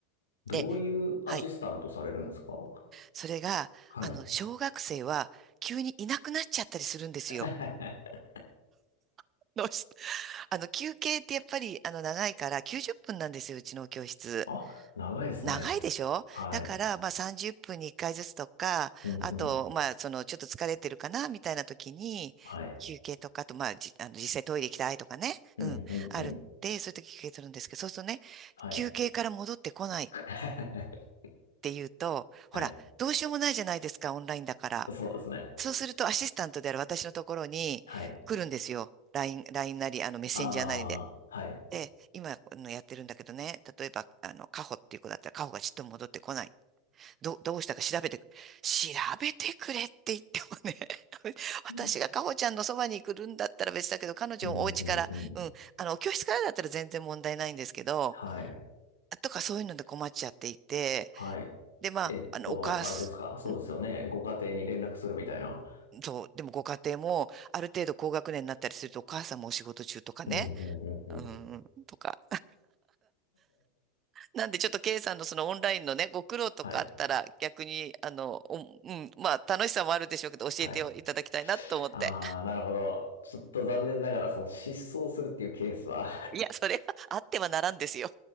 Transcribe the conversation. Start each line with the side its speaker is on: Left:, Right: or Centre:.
Left: どういうアシスタントされるんですか？
Right: で、はい。それが、
Left: はい。
Right: あの、小学生は急にいなくなっちゃったりするんですよ。
Left: <laughs>
Right: <laughs> どうしてあの、休憩ってやっぱり、あの、長いから、90分なんですよ、うちの教室。
Left: あ、長いですね。
Right: 長いでしょだから、
Left: はい。
Right: まあ、30分に1回ずつとか、
Left: うんうん。
Right: あと、まあ、その、ちょっと疲れてるかな、みたいな時に、
Left: はい。
Right: 休憩とか、あと、まあ、じ、あの、実際トイレ行きたいとかね、
Left: うんうんうん。
Right: うん、あるって、そういう時休憩するんですけど、そうするとね、
Left: はい。
Right: 休憩から戻ってこないっ
Left: <laughs> は
Right: ていうと、ほら、
Left: い。
Right: どうしようもないじゃないですか、オンラインだから。
Left: そうですね。
Right: そうすると、アシスタントである私のところに来るんですよ。
Left: はい。
Right: LINE、ラインなり、あの、メッセンジャーなりで。
Left: ああ、はい。
Right: ええ、今あのやってるんだけどね、例えば、あの、カホっていう子だったら、カホがちっとも戻ってこない。ど、どうしたか調べてく、調べてくれって言ってもね、<laughs> 私がカホちゃんのそばに来るんだったら別だけど、
Left: うん。
Right: 彼女もお家から、
Left: うん、うん、うん。
Right: うん、あの、教室からだったら全然問題ないんですけど、
Left: はい、
Right: とかそういうので困っちゃっていて、
Left: はい。
Right: で、まあ、
Left: えっと、
Right: あの、お母さん、
Left: あれですかそうですよね。ご家庭に連絡するみたいな。
Right: そう、でもご家庭も、ある程度高学年になったりすると、お母さんもお仕事中とかね、
Left: うん、うん、うん、うん。
Right: うん、とか、なんでちょっと K さんのそのオンラインのね、ご苦労とかあったら逆に、
Left: はい、
Right: あの、おうん、まあ楽しさもあるでしょうけど教えていただきたいなと思って。
Left: はい。ああ、なるほど。ちょっと残念ながら、その失踪するっていうケースは
Right: いや、それはあってはならんですよ。